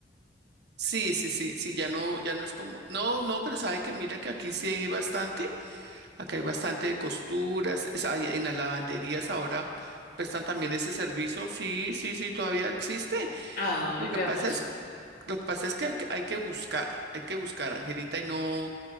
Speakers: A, on the right (about 65°); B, on the left (about 55°).
A: Sí, sí, sí, sí, ya no, ya no es como, no, no, pero sabe que mira que aquí sí hay bastante, acá hay bastante de costuras, es- hay, en las lavanderías ahora prestan también ese servicio, sí, sí, sí, todavía existe.
B: Ay,
A: Lo que
B: vea
A: pasa
B: pues.
A: es, lo que pasa es que hay que hay que buscar, hay que buscar, Angelita, y no,